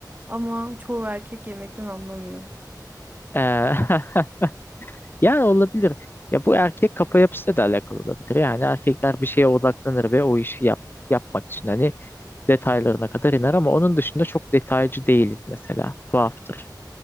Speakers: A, on the right; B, on the left.
A: ama çoğu erkek yemekten anlamıyor.
B: Ee, <laughs> Yani olabilir. Ya bu erkek kafa yapısıyla da alakalı olabilir. Yani erkekler bir şeye odaklanır ve o işi yap, yapmak için hani detaylarına kadar iner ama onun dışında çok detaycı değiliz mesela. Tuhaftır